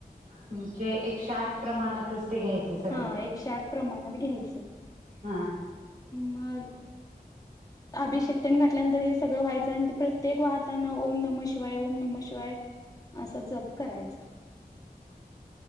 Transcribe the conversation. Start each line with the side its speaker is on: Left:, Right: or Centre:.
Right: म्हणजे एकशे आठ प्रमाणातच. ते घ्यायचं सगळं
Left: हा एकशे आठ प्रमाणा घ्यायचं.
Right: हा.
Left: मग अभिशेक तेन घातल्यानंतर हे सगळं व्हायचं आणि ते प्रत्येक वाहताना ओम नम शिवाय, ओम नम शिवाय असा जप करायचा.